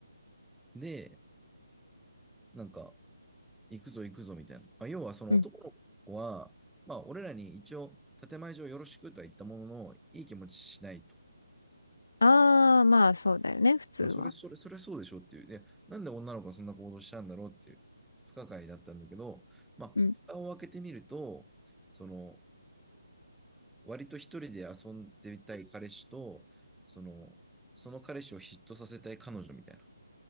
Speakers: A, in the centre; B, on the left.
A: で、なんか、行くぞ行くぞみたいな。まあ、要はその男の子は、
B: うん。
A: まあ、俺らに一応、建前上よろしくとは言ったものの、いい気持ちしないと。
B: あー、まあそうだよね、普通は。
A: まあ、それ、それ、それそうでしょっていう。で、なんで女の子がそんな行動したんだろうっていう、不可解だったんだけど、まあ、
B: うん。
A: 蓋を開けてみると、その、割と一人で遊んでみたい彼氏と、その、その彼氏を嫉妬させたい彼女みたいな。